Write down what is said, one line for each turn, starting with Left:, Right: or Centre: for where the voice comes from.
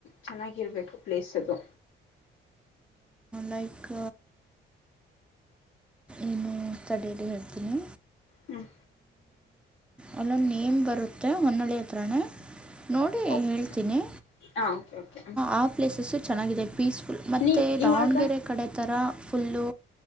Left: ಚೆನ್ನಾಗಿರ್ಬೇಕು ಪ್ಲೇಸ್ ಅದು
Centre: ಲೈಕ್ ಏನು ಸಡೇಲಿ ಹೇಳ್ತೀನಿ
Left: ಹ್ಮ್
Centre: ಅಲ್ಲೊಂದು ನೇಮ್ ಬರುತ್ತೆ ಹೊನ್ನಳಿ ಹತ್ರಿನೇ ನೋಡಿ
Left: ಓಕೆ
Centre: ಹೇಳ್ತೀನಿ
Left: ಹಾ ಓಕೆ ಓಕೆ
Centre: ಆ ಪ್ಲೇಸಸ್ಸು ಚೆನ್ನಾಗಿದೆ ಪೀಸ್ಫುಲ್ ಮತ್ತುತ್ತ
Left: ನೀ ಇವಾಗ
Centre: ದಾವಣಗೆರೆ ಕಡೆ ಥರ ಫುಲ್ಲು